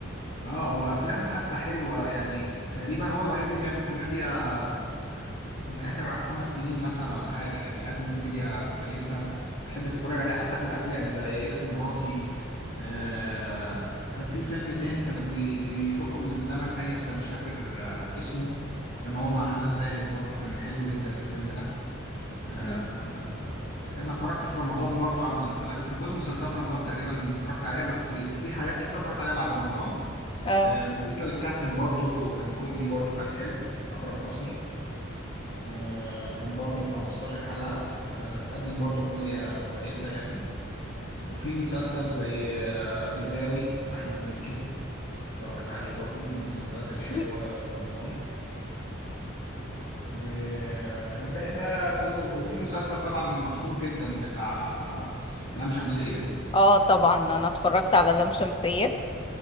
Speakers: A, on the left; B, on the left.
A: اه وافلامه حتى حلوه يعني تقريبا هو الوحيد اللي بيعمل كوميديا آه، من اخر خمس سنين مثلا ولا حاجه يعني بيقدم كوميديا كويسه تحب تتفرج عليها حتى في الافلام زي اكس مراتي آه كان في فيلم تاني كانوا بي بيروحوا لزمن تاني بس انا مش فاكر آه اسمه كان هو مع هنا الزاهد برضو كان حلو جدا الفيلم ده آه
B: مم.
A: انا اتفرجت في رمضان برضو على مسلسلات انا كل مسلسلات رمضان تقريبا اتفرجت عليها بس في حاجات كتير اتفرجت عليها بعد رمضان
B: اه
A: آه، مسلسل الكابتن برضو كان كوميدي برضو كان حلو أكرم حسني آه، كان برضو 15 حلقة آه، قدم برضو كوميديا كويسة يعني وفي مسلسل زي آه، الغاوي أحمد مكي اتفرجت عليه برضو من المسلسلات الحلوة
B: <laughs>
A: في رمضان والباقي بقى كله وفي مسلسل طبعا المشهور جدا بتاع آه، لام شمسية
B: اه طبعا انا اتفرجت على لام شمسية